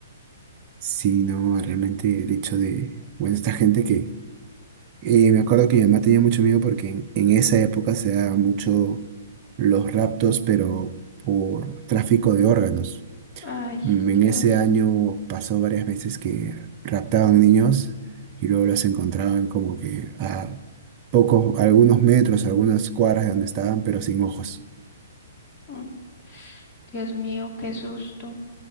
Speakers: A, on the right (about 35°); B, on the left (about 25°).
A: Sí, no, realmente el hecho de, bueno, esta gente que, eh, me acuerdo que mi mamá tenía mucho miedo porque en, en esa época se daban mucho los raptos, pero por tráfico de órganos.
B: Ay,
A: Mm, En
B: Dios.
A: ese año pasó varias veces que raptaban niños y luego los encontraban como que a pocos, algunos metros, algunas cuadras de donde estaban, pero sin ojos.
B: Mm, Dios mío, qué susto.